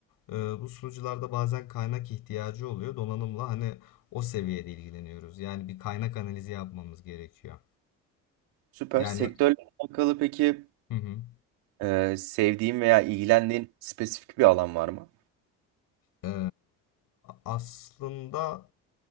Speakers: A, on the left; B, on the right.
A: E, bu sunucularda bazen kaynak ihtiyacı oluyor. Donanımla hani o seviyede ilgileniyoruz. Yani bir kaynak analizi yapmamız gerekiyor.
B: Süper.
A: Yani
B: Sektörle alakalı peki
A: Hı hı.
B: e, sevdiğin veya ilgilendiğin spesifik bir alan var mı?
A: Ee, aslında